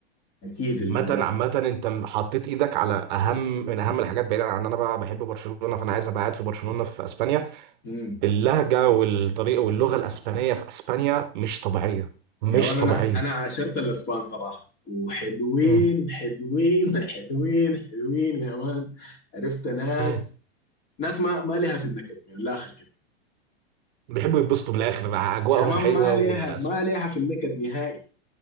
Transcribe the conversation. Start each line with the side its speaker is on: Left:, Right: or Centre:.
Left: أكيد الم...
Right: عامة عامة انت حطيت ايدك على اهم من اهم الحاجات بعيدا عن ان انا بقى بحب برشلونة فانا عايز ابقى قاعد في برشلونة في اسبانيا
Left: مم.
Right: اللهجة والطريقة واللغة الاسبانية في اسبانيا مش طبيعية مش
Left: يا مان
Right: طبيعية
Left: أنا أنا عاشرت الأسبان صراحة وحلوين
Right: امم
Left: حلوين <laughs> حلوين حلوين يا مان عرفت ناس
Right: امم
Left: ناس ما ما ليها في النكد من الآخر كده
Right: بيحبوا يتبسطوا من الاخر اجواءهم
Left: يا مان
Right: حلوه
Left: ما ليها
Right: والاسم
Left: ما ليها في النكد نهائي